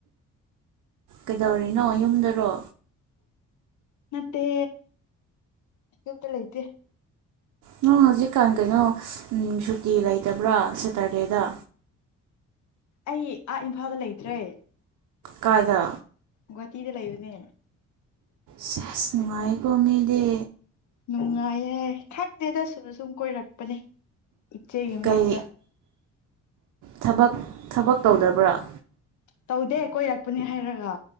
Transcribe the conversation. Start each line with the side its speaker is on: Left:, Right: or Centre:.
Right: ꯀꯩꯗꯧꯔꯤꯅꯣ ꯌꯨꯝꯗꯔꯣ
Left: ꯃꯦ ꯌꯇ ꯂꯩ
Right: ꯅ ꯍꯧꯖꯤꯛꯀꯥꯟ ꯀꯩꯅꯣ ꯁꯨꯇꯤ ꯂꯩꯇꯕ꯭ꯔꯥ ꯁꯦꯇꯔꯗꯦꯗ
Left: ꯑꯩ ꯑꯥ ꯏꯝꯐꯥꯜꯗ ꯂꯩꯇ꯭ꯔꯦ
Right: ꯀꯥꯏꯗ
Left: ꯒꯨꯍꯥꯇꯤꯗ ꯂꯩꯕꯅꯦ
Right: ꯁꯦꯁ ꯅꯨꯡꯉꯥꯏꯀꯣ ꯃꯤꯗꯤ
Left: ꯅꯨꯡꯉꯥꯏꯌꯦꯦ ꯈꯪꯗꯦꯗ ꯁꯨꯅ ꯁꯨꯝ ꯀꯣꯏꯔꯛꯄꯅꯦ ꯏꯆꯦꯒꯤ ꯃꯅꯥꯛꯇ
Right: ꯀꯩ ꯊꯕꯛ ꯊꯕꯛ ꯇꯧꯗꯕ꯭ꯔꯥ
Left: ꯇꯧꯗꯦ ꯀꯣꯏꯔꯛꯄꯅꯤ ꯍꯥꯏꯔꯒ